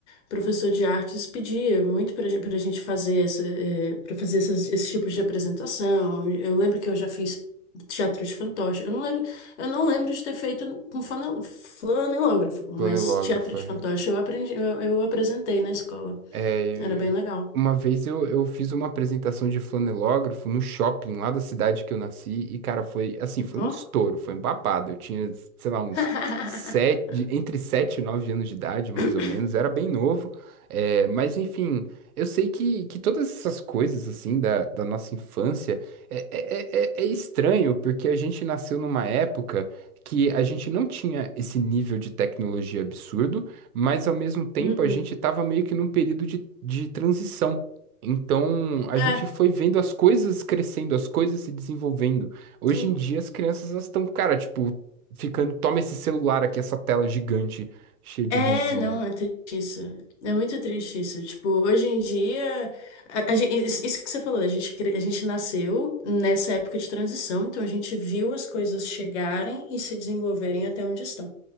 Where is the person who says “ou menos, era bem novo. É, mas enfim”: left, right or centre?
Right